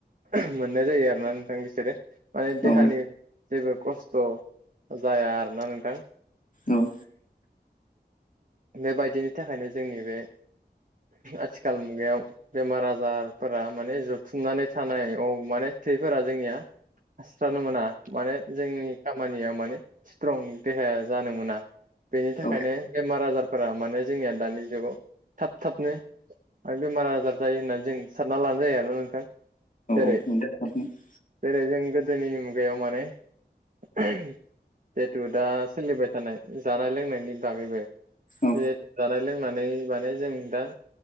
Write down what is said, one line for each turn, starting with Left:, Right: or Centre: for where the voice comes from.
Right: मोननाय जायो आरोना नोंथां बिसोरो माने देहानि
Left: औ
Right: जेबो खस्थ जाया आरोना नोंथां
Left: औ
Right: बेबायदिनि थाखायनो जोंनि बे आथिखाल मुगायाव बेमार आजारफोरा माने जुथुमनानै थानाय औ माने थैफोरा जोंनिया खारस्रानो मोना माने जोंनि खामानियाव माने स्ट्रं देहाया जानो मोना बेनि थाखायनो
Left: औ
Right: बेमार आजारफोरा माने जोंनिया दानि जुगाव थाब थाबनो आरो बेमार आजार जायो होननानै जों सानना लानाय जायो आरोना नोंथां जेरै
Left: <unintelligible>
Right: जेरै जों गोदोनि मुगायाव माने जिहेतु दा सोलिबाय थानाय जानाय लोंनायनि बागैबो
Left: औ
Right: जिहेथु जानाय लोंनानै माने जों दा